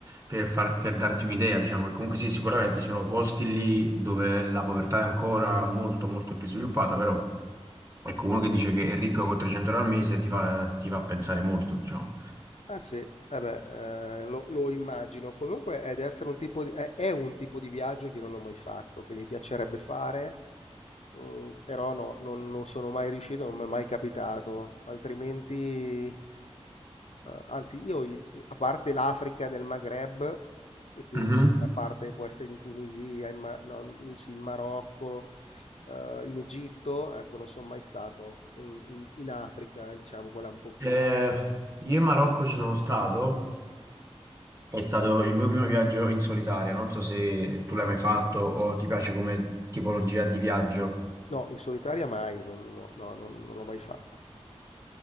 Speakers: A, on the right; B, on the left.
A: per, far- per darti un'idea, diciamo che comunque sì, sicuramente ci sono posti lì dove la povertà è ancora molto molto più sviluppata, però ecco, uno che dice che è ricco con 300 euro al mese ti fa, ti fa pensare molto, diciamo.
B: Eh sì, eh beh, eh, lo, lo immagino. Comunque è, deve essere un tipo di, è, è un tipo di viaggio che non ho mai fatto, che mi piacerebbe fare, mm, però no, non, non sono mai riuscito, non mi è mai capitato. Altrimenti, eh, anzi, io in- a parte l'Africa del Maghreb, e quindi
A: Mhm.
B: a parte può essere in Tunisia, in, Ma- no, in- sì, in Marocco, eh, in Egitto, ecco, non sono mai stato in, in- in Africa, diciamo, quella un pochino
A: Eh, io in Marocco ci sono stato, è stato il mio primo viaggio in solitaria, non so se tu l'hai mai fatto o ti piace come tipologia di viaggio.
B: No, in solitaria mai, non no, no, non non l'ho mai fatto.